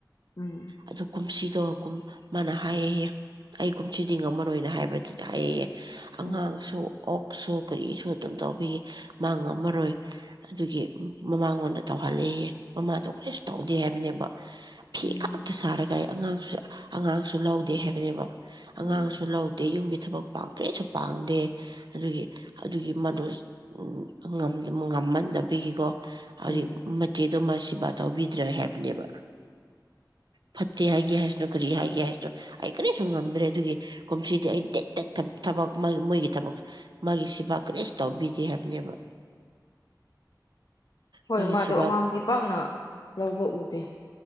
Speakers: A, on the left (about 65°); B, on the right (about 75°).
A: ꯎꯝ
B: ꯑꯗꯨ ꯀꯨꯝꯁꯤ ꯑꯗꯣ ꯀꯨꯝ ꯃꯥꯅ ꯍꯥꯏꯌꯦꯍ ꯑꯩ ꯀꯨꯝꯁꯤꯗꯤ ꯉꯝꯃꯔꯣꯏꯅ ꯍꯥꯏꯕꯗꯨ ꯍꯥꯏꯑꯌꯦꯦ ꯑꯉꯥꯡꯁꯨ
A: ꯎꯝ
B: ꯑꯣꯛꯁꯨꯣ ꯀꯨꯔꯤꯁꯨ ꯑꯗꯨꯝ ꯇꯧꯕꯤꯒꯦ ꯃꯥ ꯉꯝꯃꯔꯣꯏ ꯑꯗꯨꯒꯤ ꯃꯃꯥꯡꯉꯣꯟꯗ ꯇꯧꯍꯜꯂꯛꯏꯍꯦ ꯃꯃꯥꯗꯣ ꯀꯔꯤꯁꯨ ꯇꯧꯗꯦ ꯍꯥꯏꯕꯅꯦꯕ ꯐꯤ
A: ꯎꯝ
B: ꯈꯛꯇ ꯁꯥꯔꯒ ꯑꯩ ꯑꯉꯥꯡꯁꯨ ꯑꯉꯥꯡꯁꯨ ꯂꯧꯗꯦ ꯍꯥꯏꯕꯅꯦꯕ ꯑꯉꯥꯡꯁꯨ
A: ꯎꯝ
B: ꯂꯧꯗꯦ ꯌꯨꯝꯒꯤ ꯊꯕꯛ ꯄꯥꯡ ꯀ꯭ꯔꯦꯁꯨ ꯄꯥꯡꯗꯦ ꯑꯗꯨꯒꯤ ꯑꯗꯨꯒꯤ ꯃꯗꯨꯣ ꯎ ꯉꯝꯃꯟ ꯂꯕꯤꯈꯤꯀꯣ ꯍꯧꯔꯤ
A: ꯎꯝ
B: ꯃꯆ ꯑꯗꯨꯗꯣ ꯃꯥ ꯁꯦꯕꯥ ꯇꯧꯕꯤꯗ꯭ꯔꯦ ꯍꯥꯏꯕꯅꯦꯕ ꯐꯠꯇꯦ ꯍꯥꯏꯒꯦ ꯍꯥꯏꯁꯅꯣ ꯀꯔꯤ ꯍꯥꯏꯒꯦ ꯍꯥꯏꯁꯅꯣ ꯑꯩ ꯀꯔꯤꯁꯨ ꯉꯝꯗ꯭ꯔꯦ ꯑꯗꯨꯒꯤ ꯀꯨꯝꯁꯤꯗꯤ ꯑꯩ ꯇꯦꯠ ꯇꯦꯦꯛ ꯊꯕꯛ ꯃꯣꯏꯒꯤ ꯊꯕꯛ ꯃꯥꯒꯤ ꯁꯦꯕꯥ ꯀꯔꯤꯁꯨ ꯇꯧꯕꯤꯗꯦ ꯍꯥꯏꯕꯅꯦꯕ
A: ꯍꯣꯏ
B: ꯃꯣꯏꯒꯤ
A: ꯃꯥꯗꯣ
B: ꯁꯦꯕꯥ
A: ꯑꯉꯥꯡꯗꯤ ꯄꯥꯛꯅ ꯂꯧꯕ ꯎꯗꯦ